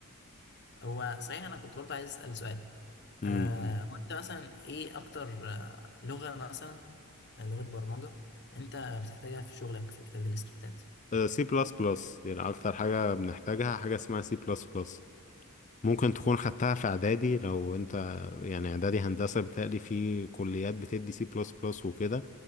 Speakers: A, on the left; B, on the left.
A: هو صحيح انا كنت برضه عايز اسال سؤال
B: امم
A: آه وانت مثلا ايه اكتر آه لغة مثلا آه، لغة برمجة انت بتحتاجها في شغلك في كتابة السكريبتات
B: سي بلس بلس يعني اكتر حاجة بنحتاجها حاجة اسمها سي بلس بلس ممكن تكون خدتها في اعدادي لو انت يعني اعدادي هندسة بتقلي في كليات بتدي سي بلس بلس وكده